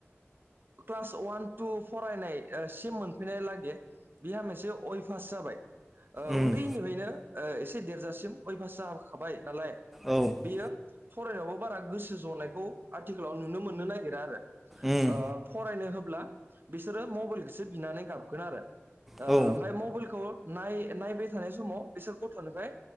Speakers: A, on the right; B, in the centre.
A: क्लास वान टु फरायनाय सिम मोनफैनाय लागै बिहा मोनसे अय फास जाबाय।
B: उम
A: उन्दैनिफ्रायनो एसे देरजासिम अयभास जाखाबाय नालाय। बियो
B: औ उम
A: फरायनायावबो बारा गोसो जनायखौ आथिखालाव नुनो मोननो नागिरा आरो।
B: उम
A: <inaudible> फरायनो होब्ला बिसोरो मबाइलखौसो बिनानै गाबगोन आरो
B: औ
A: ओमफ्राय मबाइलखौ नाय नायबाय थानाय समाव बिसोर गथ'निफ्राय